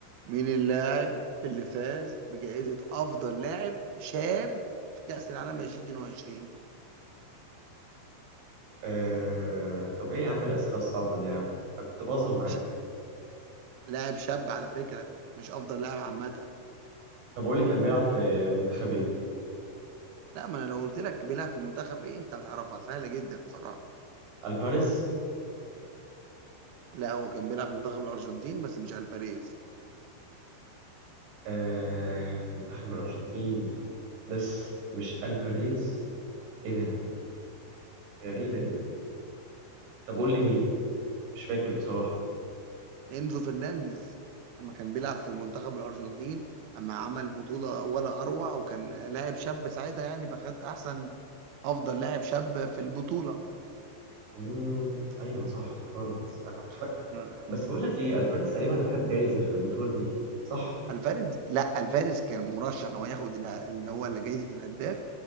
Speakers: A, on the right; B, on the right.
A: مين اللاعب اللي فاز بجائزة أفضل لاعب شاب في كأس العالم 2022
B: أه... طب ايه يا عم الأسئلة الصعبة دي يا عم انا كنت بهزر معاك
A: ش... لاعب شاب على فكرة مش أفضل لاعب عامة
B: طب قول لي كان بيلعب في منتخب ايه
A: لا ما أنا لو قلت لك بيلعب في منتخب إيه أنت هتعرفها سهلة جدا بصراحة
B: الفاريز
A: لا هو كان بيلعب في منتخب الأرجنتين بس مش ألفاريز
B: أه... في منتخب الارجنتين بس مش الفاريز ايه ده غريبة دي طب قول لي مين مش فاكر بصراحة
A: انزو فرنانديز لما كان بيلعب في منتخب الارجنتين اما عمل بطوله ولا اروع وكان لاعب شاب ساعتها يعني فخد احسن افضل لاعب شاب في البطوله
B: امم ايوه صح افتكرت انا كنت
A: نعم.
B: بس بقول لك ايه الفاريز تقريبا خد جايزه في البطوله دي صح
A: الفاريز لا الفاريز كان مرشح ان هو ياخد اله- اللي هو اللي جايزه الهداف